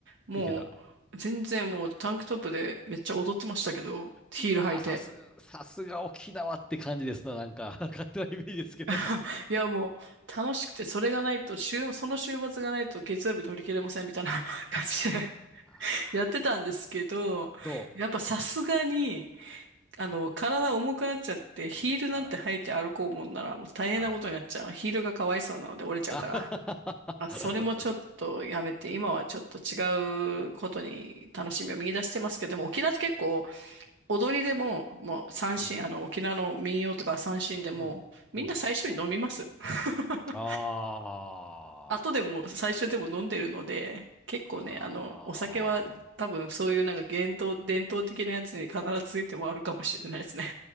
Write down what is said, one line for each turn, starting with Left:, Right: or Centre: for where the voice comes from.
Right: もう全然もうタンクトップでめっちゃ踊ってましたけど、
Centre: いけた。
Right: ヒール履いて。
Centre: いやー、さす、さすが沖縄って感じですな、なんか、<laughs> 勝手なイメージですけど。
Right: <laughs> いやもう楽しくて、それがないと、週、その週末がないと月曜日乗り切れませんみたいな <laughs> 感じで
Centre: あー
Right: <laughs> やってたんですけど、
Centre: どう
Right: やっぱさすがに、あの、体重くなっちゃって、ヒールなんて履いて歩こうもんならもう大変なことになっちゃう。
Centre: あら、あー
Right: ヒールがかわいそうなので折れちゃうから。
Centre: あははは、
Right: まあ、それもちょっとやめて、今はちょっと違うことに楽しみを見出してますけど、でも沖縄って結構踊りでも、もう三線、
Centre: <laughs> うん、
Right: あの沖縄の民謡とか三線でも、
Centre: うん、
Right: みんな最初に飲みます。
Centre: うん。
Right: <laughs>
Centre: あー
Right: 後でも最初でも飲んでるので、結構ね、
Centre: あー、
Right: あの、お酒は多分そういうなんか伝統、伝統的なやつに必ずついてもあるかもしれないですね。